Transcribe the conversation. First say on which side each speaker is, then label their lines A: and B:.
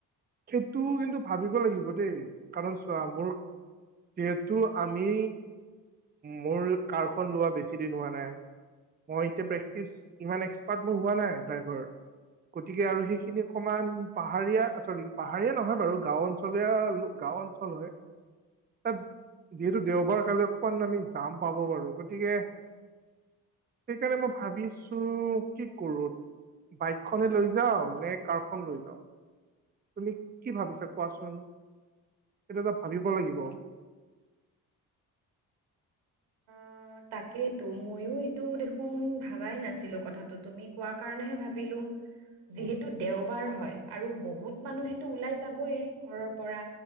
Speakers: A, on the right (about 20°); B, on the right (about 75°).
A: সেইটো কিন্তু ভাবিব লাগিব দেই কাৰণ চোৱা মোৰ যিহেতু আমি মোৰ কাৰখন লোৱা বেছি দিন হোৱা নাই মই এতিয়া প্ৰেক্টিচ ইমান এক্সপাৰ্ট মই হোৱা নাই ড্ৰাইভাৰ গতিকে আৰু সেইখিনি অকমান পাহাৰীয়া চৰি পাহাৰীয়া নহয় বাৰু গাও অঞ্চলীয়া লো গাঁও অঞ্চল হয় তাত যিহেতু দেওবাৰ কালি অকমান আমি যাম পাব বাৰু গতিকে সেইকাৰণে মই ভাবিছো কি কৰো বাইক খনে লৈ যাও নে কাৰ খন লৈ যাও তুমি কি ভাবিছা কোৱাচোন সেইটো এটা ভাবিব লাগিব
B: অ তাকেইতো ময়ো এইটো দেখোন ভাবাই নাছিলো কথাটো তুমি কোৱা কাৰণেহে ভাবিলো যিহেতু
A: উম
B: দেওবাৰ হয় আৰু বহুত মানুহেতো ওলাই যাবই ঘৰৰ পৰা